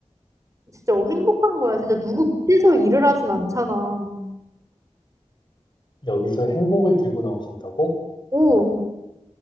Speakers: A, on the right; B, on the left.
A: 진짜 행복한 거야. 진짜 누구 밑에서 일을 하진 않잖아.
B: 여기서 행복을 들고 나오신다고?
A: 오,